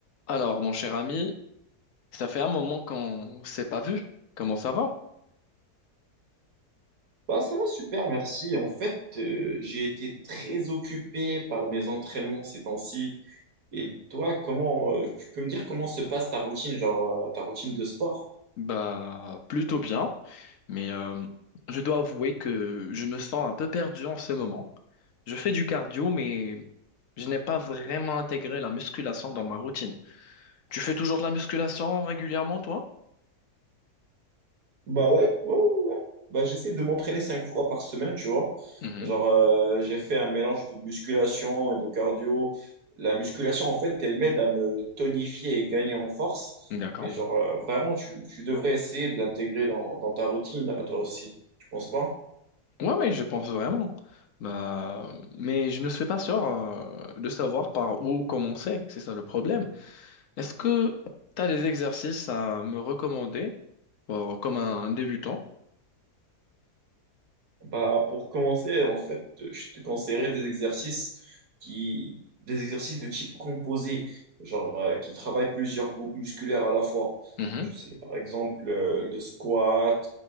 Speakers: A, on the left (about 55°); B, on the right (about 75°).
A: Alors, mon cher ami, ça fait un moment qu'on s'est pas vu. Comment ça va?
B: Bah, ça va super, merci. En fait, euh, j'ai été très occupé par mes entraînements ces temps-ci. Et toi, comment, euh, tu peux me dire comment se passe ta routine, genre, euh, ta routine de sport?
A: Bah, plutôt bien, mais euh, je dois avouer que je me sens un peu perdu en ce moment. Je fais du cardio, mais je n'ai pas vraiment intégré la musculation dans ma routine. Tu fais toujours de la musculation régulièrement, toi?
B: Bah ouais, ouais, ouais. ouais. Bah, j'essaie de m'entraîner cinq fois par semaine, tu vois.
A: Mhm,
B: Genre, euh, j'ai fait un mélange de musculation et de cardio. La musculation, en fait, elle m'aide à me tonifier et gagner en force.
A: d'accord.
B: Et genre, euh, vraiment, tu, tu devrais essayer de l'intégrer dans, dans ta routine, là, toi aussi. Tu penses pas?
A: Ouais, oui, je pense vraiment. Bah, mais je ne suis pas sûr euh, de savoir par où commencer. C'est ça le problème. Est-ce que tu as des exercices à me recommander pour, comme un débutant?
B: Bah, pour commencer, en fait, je te conseillerais des exercices qui, des exercices de type composé, genre euh, qui travaillent plusieurs groupes musculaires à la fois.
A: Mhm.
B: Tu sais, par exemple, euh, le squat,